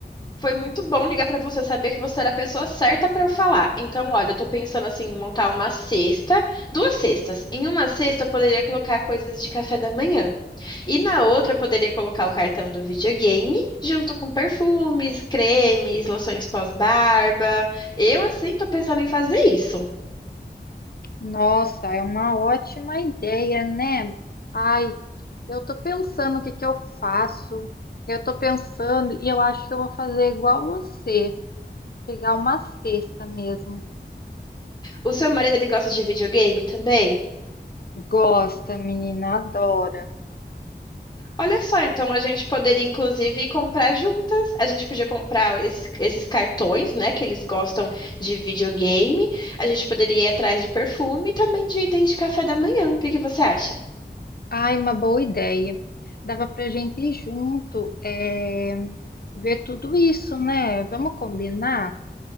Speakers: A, on the left; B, on the left.
A: Foi muito bom ligar pra você, eu sabia que você era a pessoa certa pra eu falar. Então, olha, eu tô pensando assim em montar uma cesta, duas cestas. Em uma cesta eu poderia colocar coisas de café da manhã. E na outra eu poderia colocar o cartão do videogame junto com perfumes, cremes, loções pós-barba. Eu assim tô pensando em fazer isso.
B: Nossa, é uma ótima ideia, né? Ai, eu tô pensando o que que eu faço. Eu tô pensando e eu acho que eu vou fazer igual você, pegar uma cesta mesmo.
A: O seu marido ele gosta de videogame também?
B: Gosta, menina, adora.
A: Olha só, então a gente poderia inclusive comprar juntas. A gente podia comprar esse- esses cartões, né, que eles gostam de videogame. A gente poderia ir atrás de perfume e também de itens de café da manhã. O que que você acha?
B: Ai, uma boa ideia. Dava pra gente ir junto, é, ver tudo isso, né? Vamos combinar?